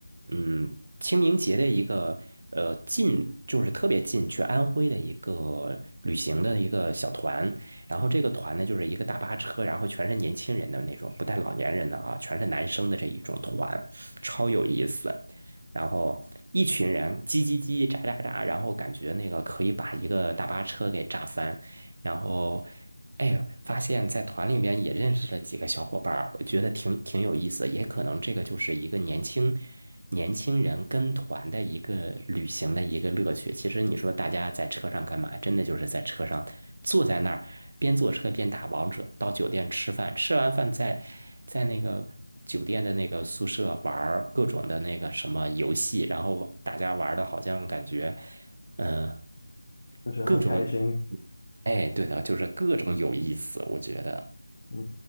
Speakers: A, on the right (about 45°); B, on the left (about 55°).
A: 嗯，清明节的一个。呃，近就是特别近，去安徽的一个旅行的一个小团，然后这个团呢，就是一个大巴车，然后全是年轻人的那种，不带老年人的啊，全是男生的这一种团，超有意思。然后一群人叽叽叽、喳喳喳，然后感觉那个可以把一个大巴车给炸翻。然后，哎，发现在团里面也认识了几个小伙伴儿我觉得挺挺有意思，也可能这个就是一个年轻年轻人跟团的一个旅行的一个乐趣。其实你说大家在车上干嘛？真的就是在车上坐在那儿，边坐车边打王者，到酒店吃饭，吃完饭在在那个酒店的那个宿舍玩各种的那个什么游戏，然后大家玩的好像感觉，嗯、
B: 就是很开心。
A: 各种，哎，对的，就是各种有意思，我觉得，
B: 嗯，